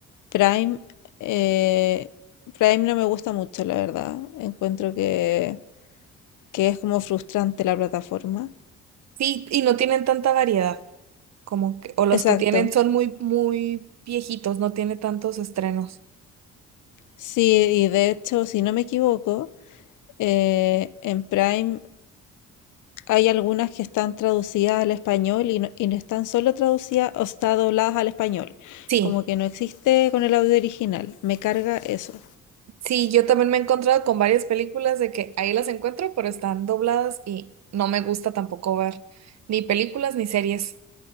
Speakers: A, on the left; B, on the right.
A: Prime, eh, Prime no me gusta mucho, la verdad. Encuentro que, que es como frustrante la plataforma.
B: Sí, y no tienen tanta variedad, como que, o los
A: Exacto.
B: que tienen son muy, muy viejitos, no tiene tantos estrenos.
A: Sí, y de hecho, si no me equivoco, eh, en Prime hay algunas que están traducidas al español y no, y no están solo traducidas, o sea, dobladas al español.
B: Sí,
A: Como que no existe con el audio original. Me carga eso.
B: sí, yo también me he encontrado con varias películas de que ahí las encuentro, pero están dobladas y no me gusta tampoco ver ni películas ni series